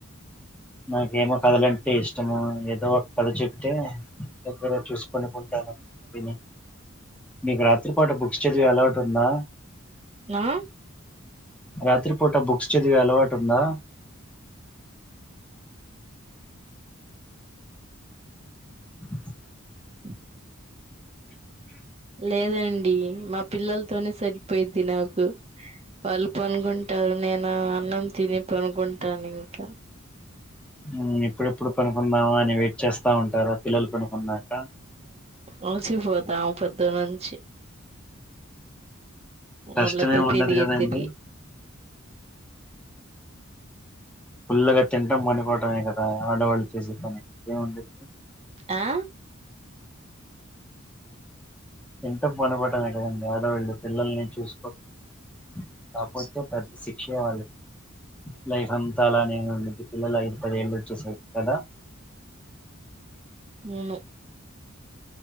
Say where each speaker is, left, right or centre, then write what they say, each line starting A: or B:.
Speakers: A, in the centre; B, on the right.
A: నాకేమో కథలంటే ఇష్టము ఏదో ఒక కథ చెప్తే దగ్గర చూసి పడుకుంటాను విని మీకు రాత్రి పూట బుక్ బుక్స్ చదివే అలవాటు ఉందా
B: ఆ
A: రాత్రిపూట బుక్స్ చదివే అలవాటు ఉందా బుక్స్
B: ఉఫ్ లేదండి అండి మా పిల్లలతోనే సరిపోయిద్ది నాకు వాళ్ళు పనుకుంటారు నేను అన్నం తిని పనుకుంటాను ఇంకా
A: హు ఎప్పుడు ఎప్పుడు పనుకుం మామ నేను వెయిట్ చేస్తా బాగుంటారా పిల్లలు పడుకున్నాక
B: అలసి పోతాం పొద్దుననుంచి వాళ్ళ
A: కష్టమేమి
B: ఇద్దరు
A: ఉండదు
B: తిరిగి
A: కదండి
B: తిరిగి
A: ఫుల్లుగా తినడం పనుకోవడమే కదా ఆడవాళ్ళు చేసే పని ఇంకేముంది
B: ఆ
A: తింటాం పనుకోవడమే కదండి ఆడవాళ్లు పిల్లల్ని చూసుకోకపోతే పెద్ద శిక్షే వాళ్ళకి లైఫ్ అంతా అలానే ఉండి పిల్లలు ఐదు పదేళ్ళు వచ్చేసరికి కదా
B: నో నో